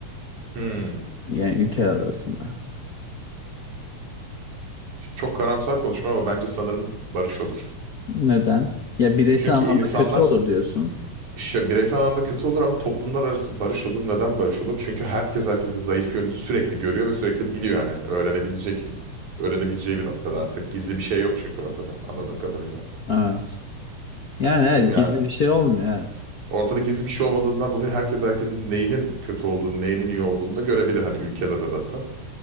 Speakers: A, on the right; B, on the left.
A: Hmm.
B: Yani ülkeler arasında.
A: Şimdi çok karamsar konuşma ama bence sanırım barış olur.
B: Neden? Ya bireysel
A: Çünkü
B: anlamda
A: insanlar
B: kötü olur diyorsun.
A: şö- bireysel anlamda kötü olur ama toplumlar arası barış olur. Neden barış olur? Çünkü herkes herkesin zayıf yönünü sürekli görüyor ve sürekli biliyor yani öğrenebilecek öğrenebileceği bir noktada artık. Gizli bir şey yok çünkü ortada anladığım kadarıyla.
B: Evet. Yani evet,
A: Değil mi? Yani
B: gizli bir şey olmuyor evet.
A: Ortada gizli bir şey olmadığından dolayı herkes herkesin neyinin kötü olduğunu, neyinin iyi olduğunu da görebilir hani ülkeler arası.